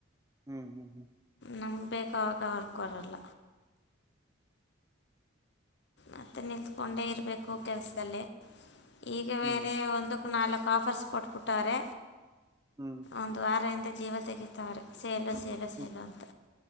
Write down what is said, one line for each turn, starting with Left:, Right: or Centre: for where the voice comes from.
Right: ಹ್ಮ್ ಹ್ಮ್ ಹ್ಮ್
Left: ನಮ್ಗೆ ಬೇಕಾಗುವಾಗ ಕೊಡಲ್ಲ ಮತ್ತೆ ನಿಲ್ತುಕೊಂಡೆ ಇರಬೇಕು ಕೆಲ್ಸದಲ್ಲಿ ಈಗ
Right: ಹ್ಮ್
Left: ಬೇರೆ ಒಂದು ನಾಲ್ಕು ಆಫರ್ಸ್ ಕೊಟ್ಬಿಟ್ಟ್ರ
Right: ಹ್ಮ್
Left: ಒಂದು ವಾರಿಂದ ಜೀವ ತೆಗಿತಾರೆ ಸೇಲು ಸೇಲು ಸೇಲು
Right: ಹ್ಮ್
Left: ಅಂತ